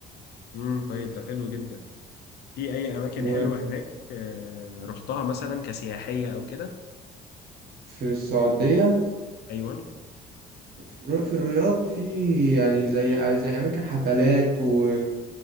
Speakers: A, on the left; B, on the right.
A: مم. طيب ده حلو جدا في أي أماكن
B: وفي
A: حلوة هناك آه، رحتها مثلا كسياحية أو كده؟
B: السعودية
A: أيوه
B: في في الرياض في يعني زي زي أماكن حفلات و...